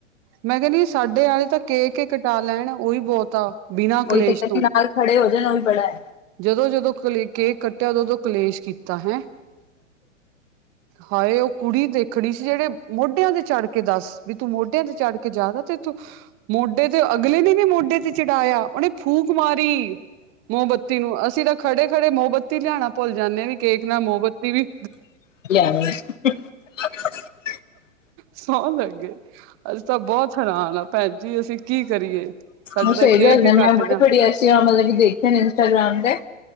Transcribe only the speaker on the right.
ਮੈਂ ਕਹਣੀ ਆ ਸਾਡੇ ਆਲੇ ਤਾਂ ਕੇਕ ਈ ਕਟਾ ਲੈਣ ਉਹੀ ਬਹੁਤਾ ਆ। ਬਿਨਾਂ ਕਲੇਸ਼
ਤੋਂ
ਜਦੋਂ ਜਦੋਂ ਕਲੇ ਕੇਕ ਕੱਟਿਆ ਉਦੋਂ ਉਦੋਂ ਕਲੇਸ਼ ਕੀਤਾ। ਤਾ ਹੈਂ ਹਾਏ ਉਹ ਕੁੜੀ ਦੇਖਣੀ ਸੀ ਜਿਹੜੇ ਮੋਢਿਆਂ ਤੇ ਚੜ੍ਹ ਕੇ ਦੱਸ ਵੀ ਤੂੰ ਮੋਢਿਆਂ ਤੇ ਚੜ ਕੇ ਜਾਦਾ ਤੇ ਤੂੰ ਮੋਢੇ ਤੇ ਅਗਲੇ ਨੇ ਵੀ ਮੋਢੇ ਤੇ ਚੜਾਇਆ ਉਹਨੇ ਫੂਕ ਮਾਰੀ ਮੋਮਬੱਤੀ <unintelligible> ਅਸੀਂ ਤਾਂ ਖੜੇ ਖੜੇ ਮੋਮਬੱਤੀ ਲਿਆਣਾ ਭੁੱਲ ਜਾਣੇ ਆ ਵੀ ਕੇਕ ਨਾਲ ਮੋਮਬੱਤੀ ਵੀ
ਸੌਂ ਲੱਗੇ ਅਸੀ ਤਾਂ ਬਹੁਤ ਹੈਰਾਨ ਆ ਭੈਣ ਜੀ ਅਸੀਂ ਕੀ ਕਰੀਏ। ਸਾਡੇ
ਤਾਂ
ਕੇਕ
ਹੀ
ਕੱਟ
ਜਾ